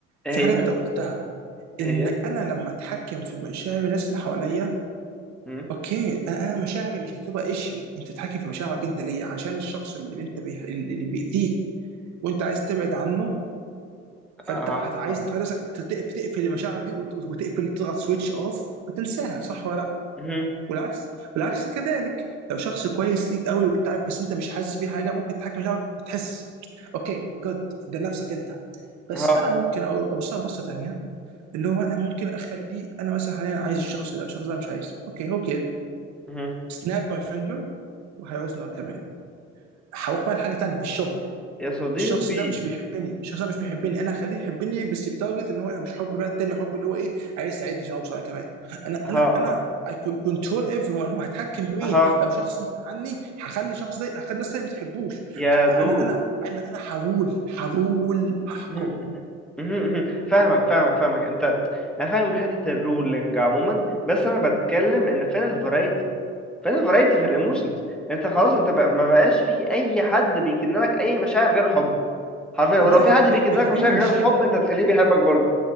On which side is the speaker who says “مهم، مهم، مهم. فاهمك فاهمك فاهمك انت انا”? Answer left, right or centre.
Centre